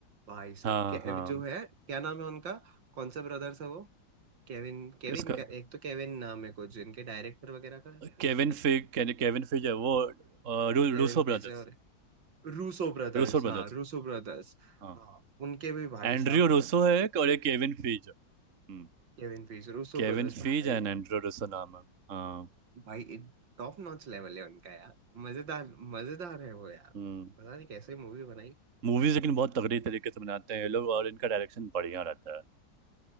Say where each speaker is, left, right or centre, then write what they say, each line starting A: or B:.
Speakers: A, on the right; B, on the right.
A: भाई साहब
B: हाँ
A: के
B: हाँ
A: जो है क्या नाम है उनका कौन सा ब्रदर्स है वो केविन केविन
B: इसका
A: का एक तो केविन नाम है कुछ इनके डायरेक्टर वगैरह का
B: केविन
A: एक
B: फिग केविन फिज है वो अ, रू,
A: केविन
B: रूसो
A: फेज
B: ब्रदर्स
A: है और रूसो ब्रदर्स
B: रूसो ब्रदर्स
A: हाँ रूसो ब्रदर्स
B: हाँ
A: हाँ उनके भी भाई
B: एंड्रयू
A: साहब
B: रूसो
A: मतलब
B: है एक और एक केविन फिज हम्म
A: केविन पीस रूसो
B: Kevin
A: ब्रदर्स
B: Feige
A: भाई
B: and Andrew Russo नाम है हाँ
A: भाई टॉप नॉच लेवल है उनका यार मजेदार मजेदार है वो यार
B: हम्म
A: पता नहीं कैसे मूवी बनाई
B: मूवीज लेकिन बहुत तगड़ी तरीके से बनाते हैं ये लोग और इनका डायरेक्शन बढ़िया रहता है